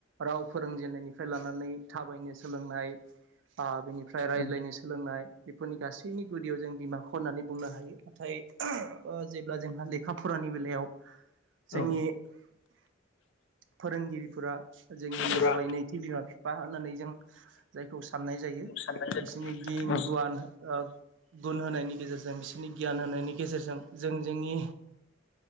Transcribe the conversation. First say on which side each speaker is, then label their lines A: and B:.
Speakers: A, on the right (about 65°); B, on the left (about 65°).
A: राव फोरोंजेननायनि लानानै थाबायनो सोलोंनाय बेनिफ्राय रायज्लायनो
B: औ
A: सोलोंनाय बेफोरनि गासैनि गुदियाव जों बिमाखौ होननानै बुंनो हायो नाथाय जेब्ला जोंहा लेखा फरानि बेलायाव जोंनि
B: औ
A: फोरोंगिरिफोरा जोंनिनो
B: फुरा
A: जाबाय नैथि बिमा बिफा होननानै जों जायखौ साननाय जायो
B: साननाय जायो
A: बिसोरनि गिन
B: औ
A: गुवान आ गुन होनायनि गेजेरजों बिसोरनि गियान होनायनि गेजेरजों जों जोंनि